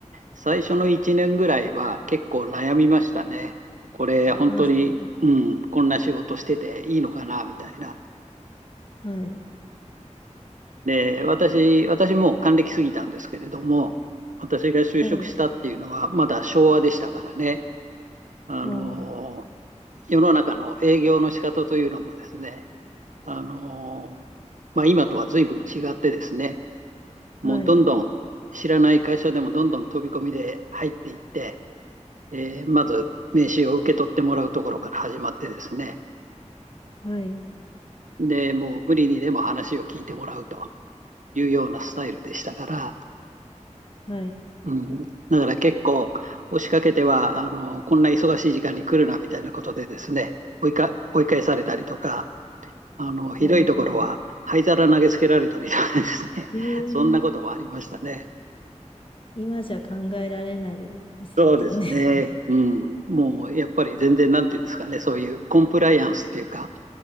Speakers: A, on the right; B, on the left.
A: 最初の1年ぐらいは結構悩みましたね。これ本当に、
B: あ、そう
A: うん、こんな仕事してていいのかなみたいな。
B: はい。
A: で、私、私もう還暦過ぎたんですけれども、私が就職したっていうのは、
B: はい。
A: まだ昭和でしたからね、あの、
B: あ
A: 世の中の営業の仕方というのもですね、あの、まあ、今とは随分違ってですね、もうどんどん知らない会社でもどんどん飛び込みで入っていって、
B: あ、はい。
A: えーまず名刺を受け取ってもらうところから始まってですね、
B: はい。
A: で、もう無理にでも話を聞いてもらうというようなスタイルでしたから、
B: はい。
A: うん、だから結構押しかけてはあのこんな忙しい時間に来るなみたいなことでですね追いか、追い返されたりとかあのひどいところは灰皿投げつけられたりとかですね
B: ああ、
A: <laughs>
B: ええ
A: そんなこともありましたね。
B: 今じゃ考えられないですよね。
A: そうですね、
B: <laughs>
A: うん、もうやっぱり全然なんていうんですかねそういうコンプライアンスっていうか